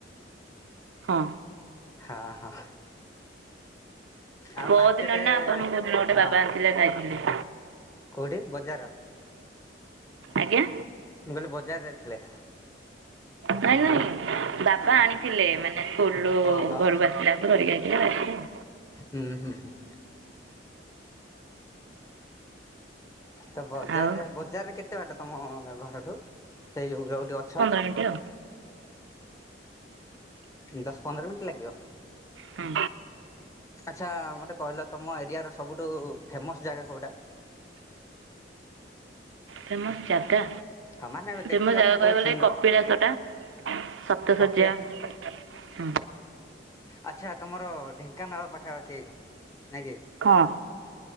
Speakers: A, on the right; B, on the left.
A: ହଁ।
B: ହଁ ହଁ। ଆଉ
A: ପହର
B: ମାର୍କେଟ
A: ଦିନ ନା କୋଉ ଦିନ ଗୋଟେ
B: ହଁ
A: ବାପା ଆଣିଥିଲେ ଖାଇଥିଲି।
B: କୋଉଠି ବଜାର।
A: ଆଜ୍ଞା।
B: ମୁଁ କହିଲି ବଜାର ଯାଇଥିଲେ।
A: ନାଇଁ ନାଇଁ ବାବା ଆଣିଥିଲେ ମାନେ ସ୍କୁଲରୁୁ
B: ଓହୋ।
A: ଘରକୁ ଆସିଲାକୁ ଧରିକି ଆଇଥିଲେ ଖାଇଥିଲୁ।
B: ହୁଁ ହୁଁ। ତ ବଜାରରେ
A: ଆଉ। ଆଉ
B: ବଜାରରେ କେତେ ବାଟ ତମ ଘରଠୁ? ସେଇ ଜଉ ଯଉଠି ଅଛ।
A: ଏଇଠି ଆଉ।
B: ଦଶ ପନ୍ଦର ମିନିଟ ଲାଗିବ।
A: ହୁଁ
B: ଆଚ୍ଛା ମତେ କହିଲ ତମ ଏରିଆର ସବୁଠୁ ଫେମସ ଜାଗା କୋଉଟା?
A: ଫେମସ୍ ଜାଗା?
B: ହଁ ମାନେ ଦେଖିବାକୁ
A: ଫେମସ ଜାଗା କହିବାକୁ
B: ବହୁତ
A: ଗଲେ
B: ସୁନ୍ଦର
A: କପିଳାସଟା ସପ୍ତ
B: କପିଳାସ।
A: ଶଯ୍ୟା। <inaudible> ହୁଁ।
B: ଆଚ୍ଛା ତମର ଢେଙ୍କାନାଳ ପାଖାପାଖି ନାଇଁ କି?
A: କଅଁ।